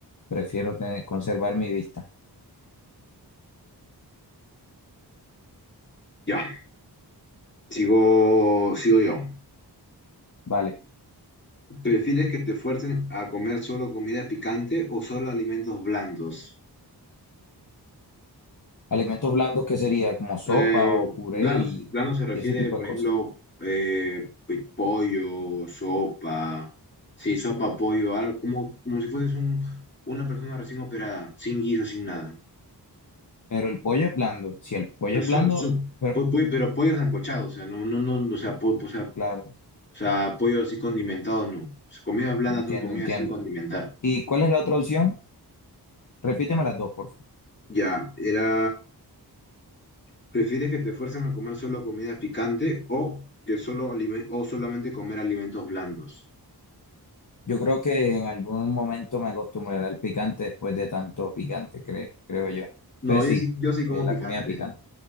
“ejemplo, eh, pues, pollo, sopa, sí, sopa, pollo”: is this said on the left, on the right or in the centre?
Left